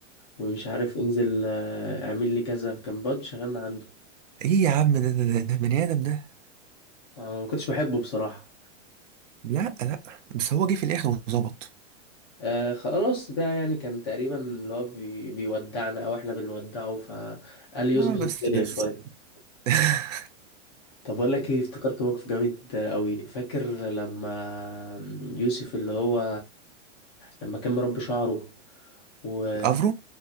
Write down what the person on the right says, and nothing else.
ايه يا عم ده ده ده, ده بني ادم ده
لا لا بس هو جه في الاخر وظبط
اه بس
بس
<laughs>
الافرو